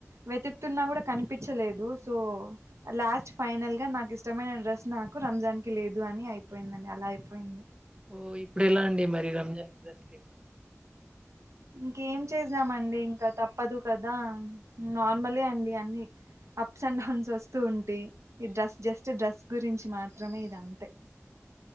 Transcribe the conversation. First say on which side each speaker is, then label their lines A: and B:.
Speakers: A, on the right (about 70°); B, on the right (about 20°).
A: వెతుకుతున్నా కూడా కనిపించలేదు సో లాస్ట్ ఫైనల్ గా నాకు ఇష్టమైన డ్రెస్ నాకు రంజాన్నికి లేదు అని అయిపోయిందండి అలా అయిపోయింది
B: ఓ ఇప్పుడు ఎలా అండి మరి రంజాన్ ప్రెస్ లే
A: ఇంకేం చేసామండి ఇంకా తప్పదు కదా నార్మలే అండి అన్ని అప్స్ అండ్ డౌన్స్ వస్తూ ఉంటాయి ఈ డ్రస్ జస్ట్ డ్రస్ గురించి మాత్రమే ఇద అంతే